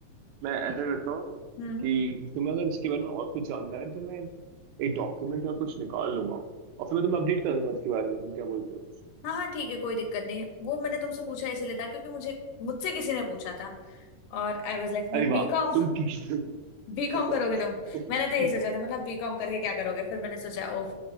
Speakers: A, on the right; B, on the left.
A: मैं ऐसा करता हूँ
B: हम्म
A: कि तुम्हें अगर इसके बारे में और कुछ जानना है तो मैं एक डॉक्यूमेंट या कुछ निकाल लूंगा और फिर मैं तुम्हें अपडेट कर दूंगा उसके बारे में तुम क्या बोलते हो
B: हाँ हाँ ठीक है कोई दिक्कत नहीं वो मैंने तुमसे पूछा इसीलिए था क्योंकि मुझे मुझसे किसी ने पूछा था और आई वाज लाइक मतलब
A: अरे
B: बीकॉम
A: वाह तुम कि-
B: बीकॉम
A: <laughs>
B: <laughs> करोगे तुम मैंने तो यही सोचा था मतलब बीकॉम करके क्या करोगे फिर मैंने सोचा ओह